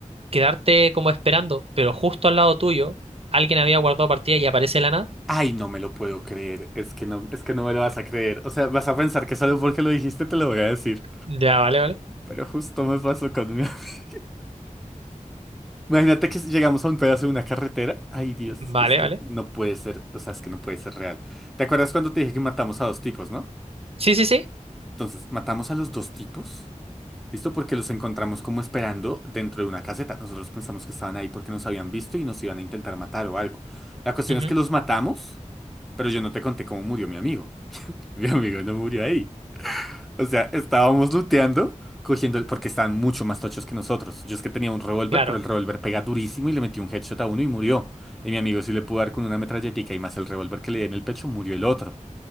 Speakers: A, on the right (about 50°); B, in the centre.
A: quedarte como esperando, pero justo al lado tuyo alguien había guardado partida y aparece de la nada.
B: Ay, no me lo puedo creer. Es que no, es que no me lo vas a creer. O sea, vas a pensar que solo porque lo dijiste te lo voy a decir.
A: Ya, vale, vale.
B: Pero justo me pasó conmigo. <laughs> Imagínate que llegamos a un pedazo de una carretera. Ay, Dios,
A: Vale,
B: es que es que
A: vale.
B: no puede ser. O sea, es que no puede ser real. ¿Te acuerdas cuando te dije que matamos a dos tipos, no?
A: Sí, sí, sí.
B: Entonces, matamos a los dos tipos. ¿Listo? Porque los encontramos como esperando dentro de una caseta. Nosotros pensamos que estaban ahí porque nos habían visto y nos iban a intentar matar o algo. La cuestión
A: Ujú,
B: es que los matamos, pero yo no te conté cómo murió mi amigo. <laughs> Mi amigo no murió ahí. O sea, estábamos looteando, cogiendo, porque estaban mucho más tochos que nosotros. Yo es que tenía un revólver,
A: Claro.
B: pero el revólver pega durísimo y le metí un headshot a uno y murió. Y mi amigo sí le pudo dar con una metralletica y más el revólver que le di en el pecho, murió el otro.